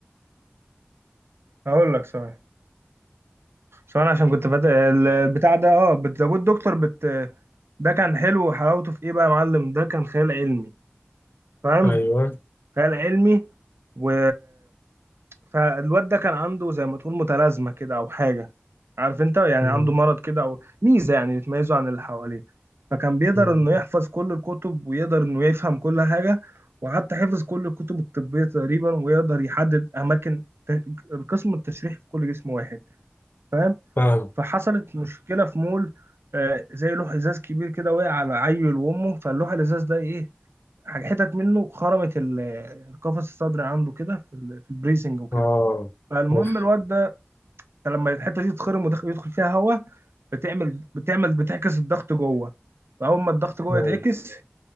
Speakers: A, on the right (about 75°); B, on the left (about 60°).
A: هقول لك ثواني ثواني عشان كنت فات البتاع ده اه ذا جود دكتور بت ده كان حلو وحلاوته في ايه بقى يا معلم ده كان خيال علمي فاهم
B: أيوه
A: خيال علمي و فالواد ده كان عنده زي ما تقول متلازمة كده أو حاجة عارف أنت يعني
B: مم.
A: عنده مرض كده أو ميزة يعني بتميزه عن اللي حواليه فكان بيقدر
B: مم.
A: إنه يحفظ كل الكتب ويقدر إنه يفهم كل حاجة وحتى حفظ كل الكتب الطبية تقريبا ويقدر يحدد أماكن ت- القسم التشريحي في كل جسم واحد فاهم
B: فاهم
A: فحصلت مشكلة في مول آه، زي لوح إزاز كبير كده وقع على عيل وأمه فاللوح الإزاز ده إيه حتت منه خرمت ال- القفص الصدري عنده كده في ال- في البريسنج وكده
B: اه
A: فالمهم
B: اوف
A: الواد ده أنت لما الحته دي تتخرم ويدخل يدخل فيها هواء بتعمل بتعمل بتعكس الضغط جوه فاول ما الضغط جوه
B: نعم.
A: يتعكس